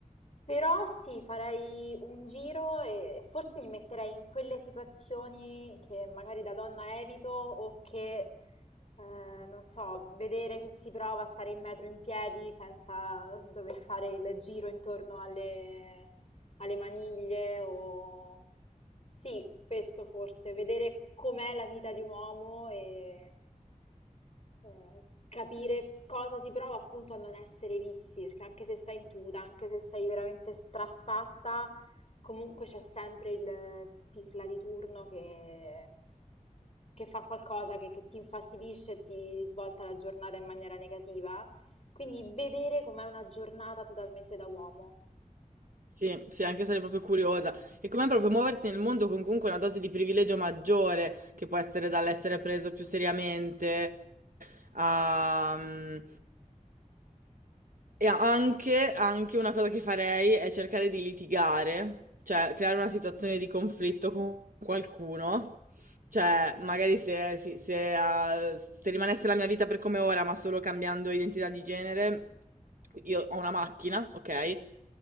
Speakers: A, on the left; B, on the right.
A: Però sì, farei un giro e e forse mi metterei in quelle situazioni che magari da donna evito o che, eh, non so, vedere che si prova a stare in metro in piedi senza dover fare il giro intorno alle alle maniglie o... Sì, questo forse, vedere com'è la vita di un uomo e eh, capire cosa si prova appunto a non essere visti, perché anche se stai in tuta, anche se sei veramente strasfatta, comunque c'è sempre il pirla di turno che, che fa qualcosa che, che ti infastidisce e ti svolta la giornata in maniera negativa. Quindi vedere com'è una giornata totalmente da uomo.
B: Sì, sì, anche sarei proprio curiosa. E com'è proprio muoverti nel mondo con comunque una dose di privilegio maggiore, che può essere dall'essere preso più seriamente a... mm, E anche, anche una cosa che farei è cercare di litigare, cioè creare una situazione di conflitto con qualcuno. Cioè, magari se, si- se, ah, se rimanesse la mia vita per come ora, ma solo cambiando identità di genere, io ho una macchina, ok?